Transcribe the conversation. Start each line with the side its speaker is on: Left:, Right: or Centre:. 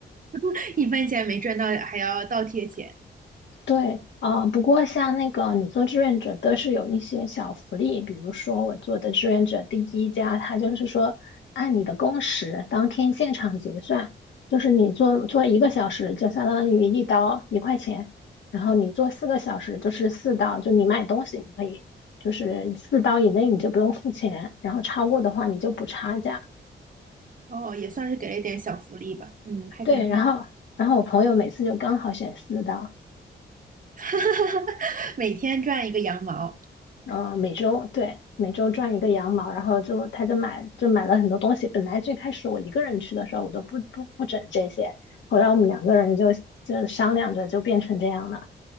Right: <laughs> 一分钱没赚到，还要倒贴钱，
Left: 对，啊，不过像那个你做志愿者都是有一些小福利，比如说我做的志愿者第一家，他就是说按你的工时当天现场结算，就是你做做一个小时就相当于一刀一块钱，然后你做四个小时就是四刀，就你买东西你可以就是四刀以内你就不用付钱，然后超过的话你就补差价。
Right: 哦，也算是给了一点小福利吧。嗯，还挺好，
Left: 对，然后然后我朋友每次就刚好选四刀。
Right: <laughs> 每天赚一个羊毛。
Left: 呃，每周，对，每周赚一个羊毛，然后就他就买就买了很多东西。本来最开始我一个人去的时候，我都不不不整这些，后来我们两个人就就商量着就变成这样了。